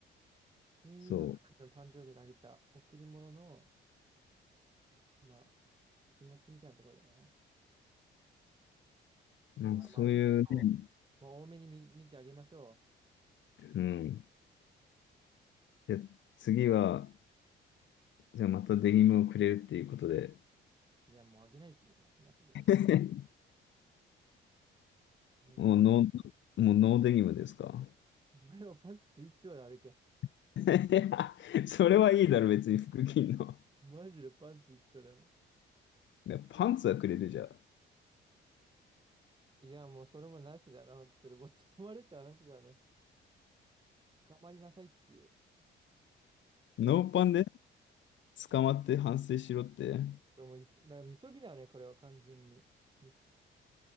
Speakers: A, on the right; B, on the left.
A: 親友が二十歳の誕生日にあげた贈り物の、
B: そ
A: まあ、気持ちみたいなところだな。
B: う。なんかそういうね、
A: まあまあ、いいでしょう。もう多めに見、見てあげましょ
B: うん。じゃあ次は、じゃあまたデニムをくれるっていうことで、
A: う。いや、もうあげないっすね、マジで。
B: <laughs>
A: あげない。
B: もうノー、もうノーデニムですか
A: お前はパンツ一丁で歩け。
B: <laughs> いや、<laughs> それはいいだろ、別に服着んの。
A: マジでパンツ一丁だよ、お前
B: いやパンツはくれるじゃん。
A: いや、もうそれもなしだな、本当に。もう捕まれって話だよね。捕まりなさいっていう。
B: ノーパンで
A: うわ、
B: 捕まって反省しろって、
A: もういす、な、みそぎだよね、これは完全に。で、